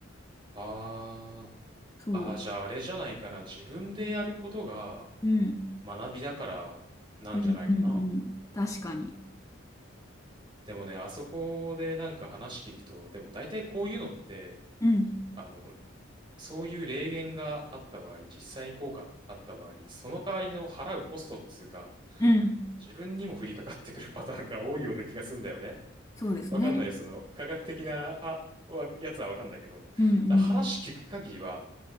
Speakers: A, on the right (about 25°); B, on the left (about 15°).
A: あ
B: そう。
A: あ。ああ、じゃああれじゃないかな。自分でやることが
B: うん。
A: 学びだからなんじゃないかな。
B: うん、うん、うん。確かに。
A: でもね、あそこでなんか話聞くと、でも大体こういうのって、
B: うん。
A: あの、そういう霊言があった場合、実際に効果あった場合、その代わりの払うコストっつうか、
B: うん。
A: 自分にも降りかかってくるパターンが多いような気がすんだよね。
B: そうですね。
A: わかんないよ、その科学的な、あ、わやつはわかんないけど、
B: うん、うん。
A: ただ話聞く限りは、